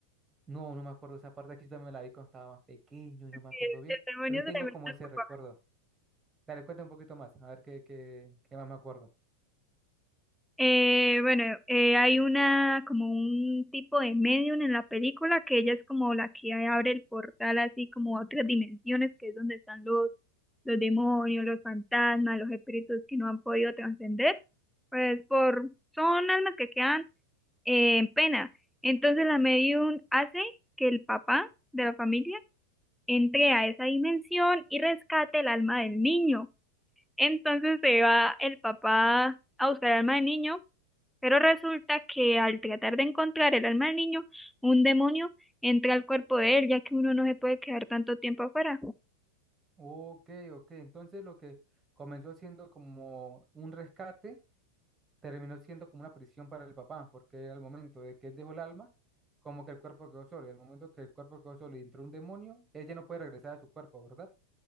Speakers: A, on the right (about 15°); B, in the centre.
A: No, no me acuerdo esa parte, aquí yo también me la vi cuando estaba más pequeño y
B: El,
A: no me acuerdo bien,
B: el demonio
A: pero sí
B: se
A: tengo
B: le
A: como
B: mete
A: ese
B: al papá.
A: recuerdo. Dale, cuenta un poquito más, a ver qué, qué, qué más me acuerdo.
B: Eh, bueno, eh, hay una, como un tipo de medium en la película que ella es como la que abre el portal así como a otras dimensiones, que es donde están los, los demonios, los fantasmas, los espíritus que no han podido trascender. Pues por, son almas que quedan eh, en pena. Entonces la medium hace que el papá de la familia entre a esa dimensión y rescate el alma del niño. Entonces se va el papá a buscar el alma del niño, pero resulta que al tratar de encontrar el alma del niño, un demonio entra al cuerpo de él, ya que uno no se puede quedar tanto tiempo afuera.
A: Ok, ok, entonces lo que comenzó siendo como un rescate, terminó siendo como una prisión para el papá, porque al momento de que él dejó el alma, como que el cuerpo quedó solo, y al momento que el cuerpo quedó solo y entró un demonio, él ya no puede regresar a su cuerpo, ¿verdad?